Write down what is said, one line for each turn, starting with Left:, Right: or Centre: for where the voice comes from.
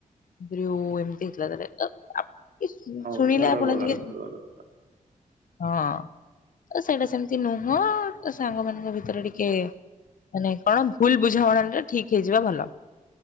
Left: ମୁଁ କହିଲି ଓ ଏମିତି ହେଇଥିଲା ତାହାଲେ ଓ, ଆ, ଇସ, ଉଁ,
Right: ହଉ
Left: ଶୁଣିଲେ
Right: ଛାଡ
Left: ଆପଣ
Right: ଗଲା
Left: ଟିକେ
Right: କଥା ଗଲା ଛାଡ
Left: ହଁ ତ ସେଇଟା ସେମିତି ନୁହଁ ତ ସାଙ୍ଗ ମାନଙ୍କ ଭିତରେ ଟିକେ ମାନେ କଣ ଭୁଲ ବୁଝାମଣା ଟା ଠିକ ହେଇଯିବା ଭଲ।